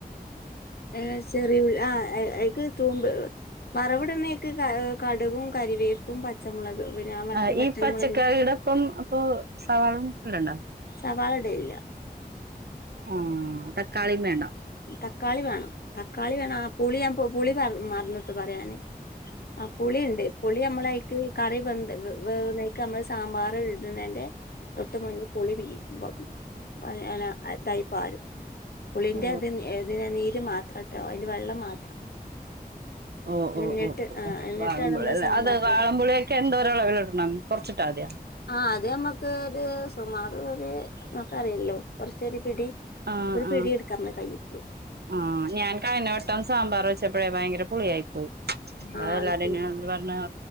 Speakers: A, on the left; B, on the right.
A: ഏ ചെറിയു ആഹ് അയ്ക്ക് തുമ്പ് വറവ്ട്നീക്ക് ആ കട്കും കരിവേപ്പും പച്ചമുളക് പിന്നെ ആ മറ്റേ
B: ആഹ്
A: വറ്റൽമൊളക്
B: ഈ പച്ചക്കറിയുടെ
A: ഇടും.
B: ഒപ്പം അപ്പൊ സവാള ഇടണ്ടോ
A: സവാള ഇടലില്ല.
B: ആഹ് തക്കാളീം വേണ്ട.
A: തക്കാളീം വേണം തക്കാളി വേണം ആ പുളി ഞാൻ പുളി പറ മറന്നിട്ട് പറയാന്. ആ പുളിയിണ്ട് പുളി നമ്മളൈക്ക് കറി വെന്ത് വേ വേവ്നെയ്ക്ക് നമ്മള് സാമ്പാറ് ഇട്നേൻന്റെ തൊട്ട് മഞ്ഞ് പുളി പീയും അല്ല അതായി പാരും പുളിന്റെ
B: ഓ
A: ഏ തിന് നീര് മാത്രം തട്ടോ അയ്ന്റെ വെള്ളം മാത്രം
B: ഓ
A: എന്നിട്ട്
B: ഓ ഓ ഓ.
A: ആ എന്നിട്ടാണ്
B: വാളംപുളില്ല
A: നമ്മള് സാമ്പാർ
B: അത് വാളബുളീക്ക്
A: പൊടി
B: എന്തോരളവില് ഇടണം കൊർച്ചിട്ടാ മതിയൊ?
A: ആഹ് അത് ഞമ്മക്ക് ഒരു സുമാറ് ഒര് ക്കറിയല്ലോ കൊർച്ചൊ ഒരു പിടി
B: ആഹ്
A: ഒരു പിടിയെടുക്ക്‌
B: ആഹ്
A: മ്മള കൈയ്യും.
B: ആഹ് ഞാൻ കഴിഞ്ഞവട്ടം സാമ്പാറ് വെച്ചപ്പോഴേ ഭയങ്കര പുളിയായി പോയി.
A: ആ
B: എല്ലാരും
A: അത് ശരി
B: ഞാൻ പർഞ്